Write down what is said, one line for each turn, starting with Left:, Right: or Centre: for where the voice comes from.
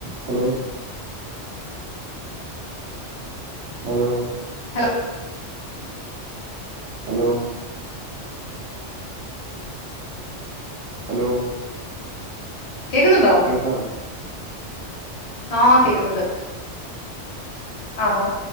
Right: Hello hello
Left: hello
Right: hello hello
Left: കേക്കുന്നുണ്ടോ
Right: കേക്കാവൊ
Left: ആ കേക്ക്ന്ന്ണ്ട് ആ ഹാ